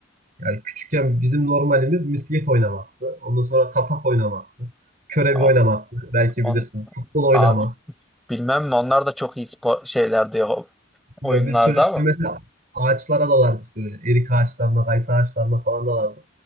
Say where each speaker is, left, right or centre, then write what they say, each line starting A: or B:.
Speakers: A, on the right; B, in the centre.
A: Yani küçükken bizim normalimiz misket oynamaktı. Ondan sonra tapak oynamaktı. Körebe
B: O-
A: oynamaktı. Belki bilirsin.
B: On,
A: Futbol oynamak.
B: Abi bilmem mi onlar da çok iyi spor şeylerdi ya, oyunlarda
A: Bilmiyorum, biz çocukken
B: ama.
A: mesela ağaçlara dalardık böyle. Erik ağaçlarına, kayısı ağaçlarına falan dalardık.